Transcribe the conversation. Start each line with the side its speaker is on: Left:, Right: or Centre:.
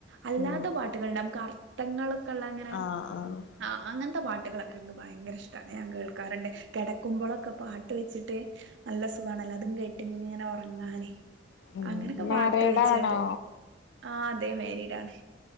Right: അല്ലാത്ത
Left: ഉം
Right: പാട്ടുകൾ നമുക്ക് അർ - ഥങ്ങളൊക്കെ ള്ള അങ്ങനെ
Left: ആഹ് ആഹ്
Right: ആ അങ്ങനത്തെ പാട്ടുകളൊക്കെ ങ്ങ - ഭയങ്കര ഇഷ്ടമാണ് ഞാൻ കേൾക്കാറ്ണ്ട് കെടക്കുമ്പോളൊക്കെ പാട്ട് വെച്ചിട്ട് നല്ല സുഖണല്ലോ അതും കേട്ടിങ്ങനെ ഉറങ്ങാന്
Left: ഉം
Right: അങ്ങനെക്കെ
Left: മാരീഡാണോ
Right: പാട്ട് വെച്ചാട്ട് ആ അതെ മാരീടാണ്